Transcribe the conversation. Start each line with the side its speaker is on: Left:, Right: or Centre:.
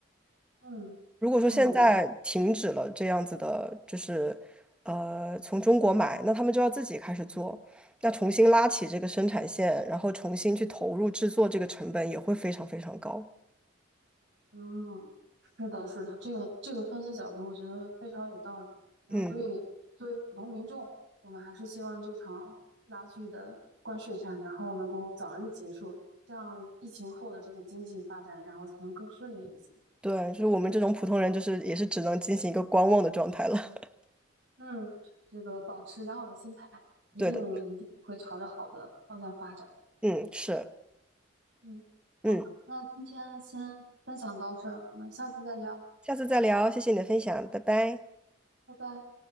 Right: 嗯
Centre: 如果说现在停止了这样子的，
Right: 嗯
Centre: 就是呃从中国买，那他们就要自己开始做，那重新拉起这个生产线，然后重新去投入制作，这个成本也会非常非常高。
Right: 嗯，是的，是的，这个这个分析角度我觉得非常有道理。然后，
Centre: 嗯。
Right: 所以作为普通民众，我们还是希望这场拉锯的关税战，然后能够早日结束，这样疫情后的这个经济发展，然后才能更顺利一些。
Centre: 对，就是我们这种普通人，就是也是只能进行一个观望的状态了。<laughs>
Right: 嗯，这个保持良好的心态，一定一定会朝着好的方向发展。
Centre: 对的，嗯，是，
Right: 嗯，好，
Centre: 嗯，
Right: 那今天先分享到这儿，我们下次再聊，
Centre: 下次再聊，谢谢你的分享，拜拜。
Right: 拜拜。